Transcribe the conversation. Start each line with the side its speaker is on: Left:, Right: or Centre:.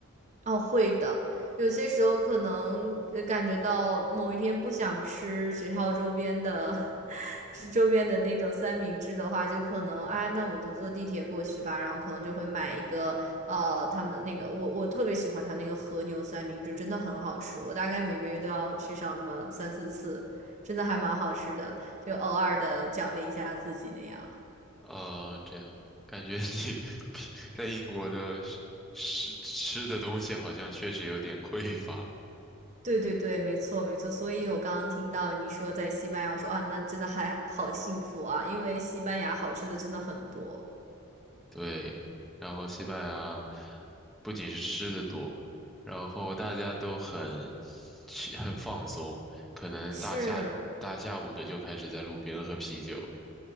Right: 哦，会的。有些时候可能呃感觉到某一天不想吃学校周边的，<laughs> 吃周边的那种三明治的话，就可能哎，那我就坐地铁过去吧。然后可能就会买一个呃，他们那个我我特别喜欢他那个和牛三明治，真的很好吃。我大概每个月都要去上那么三四次，真的还蛮好吃的，就偶尔的奖励一下自己那样。
Centre: 呃，这样感觉你 <laughs> 在英国的吃吃吃的东西好像确实有点匮乏。
Right: 对对对，没错没错，所以我刚刚听到你说在西班牙，我说啊，那真的还好幸福啊，因为西班牙好吃的真的很多，
Centre: 对，然后西班牙不仅是吃的多，然后大家都很去很放松，可能大下大下午的就开始在路边喝啤酒了
Right: 是